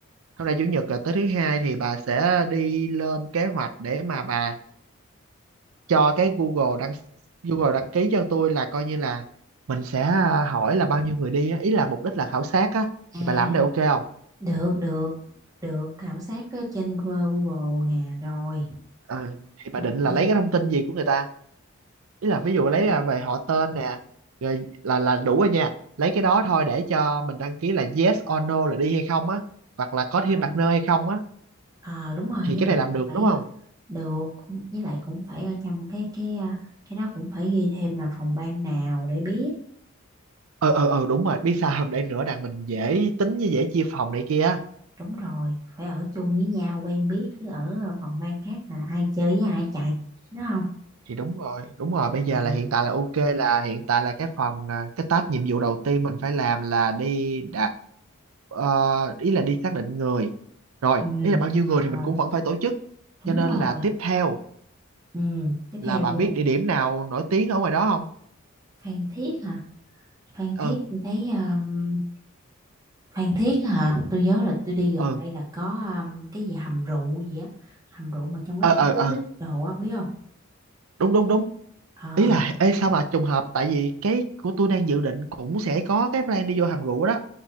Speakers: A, on the right; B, on the right.
A: hôm nay chủ nhật là tới thứ hai thì bà sẽ đi lên kế hoạch để mà bà cho cái Google đăng Google đăng ký cho tôi là coi như là mình sẽ à, hỏi là bao nhiêu người đi á ý là mục đích là khảo sát á
B: À,
A: thì bà làm cái này ok không
B: được, được, được, khảo sát ở trên Google nè, rồi,
A: Ờ, thì bà
B: ok.
A: định là lấy cái thông tin gì của người ta ý là ví dụ
B: À,
A: lấy à, về họ tên nè rồi là là đủ rồi nha lấy cái đó thôi để cho mình đăng ký là yes or no là đi hay không á hoặc là có
B: ờ,
A: thêm partner hay không á
B: ờ, đúng rồi,
A: thì
B: với
A: cái
B: lại
A: này làm
B: cũng
A: được
B: phải,
A: đúng không
B: ờ, được, cũng, với lại cũng phải ở trong cái, cái, ờ, cái đó cũng phải ghi thêm là phòng ban nào để biết.
A: ờ ờ ờ đúng rồi biết sao không
B: Ờ,
A: để nữa đặng mình dễ tính với dễ chia phòng này kia á.
B: đúng rồi, phải ở chung với nhau, quen biết, chứ ở ờ, phòng ban khác là ai chơi với ai chạy, đúng không?
A: thì đúng rồi đúng rồi bây giờ
B: Ờ,
A: là hiện tại là ok là hiện tại là cái phần à, cái task nhiệm vụ đầu tiên mình phải làm là đi đạt ờ, ý là đi xác định người rồi
B: ừ,
A: ý là bao nhiêu người
B: rồi,
A: thì mình cũng vẫn phải tổ chức
B: đúng
A: cho nên
B: rồi,
A: là tiếp theo
B: ừ, tiếp
A: là
B: theo
A: bà
B: luôn,
A: biết địa điểm nào nổi tiếng ở ngoài đó không
B: Phan Thiết hả? Phan Thiết
A: ừ
B: tôi thấy... um, Phan Thiết á hả? Tôi nhớ là tôi đi gần
A: ừ
B: đây là có um, cái gì hầm rượu gì á, hầm rượu mà trong cái
A: ờ
B: khu
A: ờ
B: picnic
A: ờ
B: đồ á biết không?
A: đúng đúng đúng
B: Ờ,
A: ý là ê sao mà trùng hợp tại vì cái của tôi đang dự định cũng sẽ có cái plan đi vô hầm rượu đó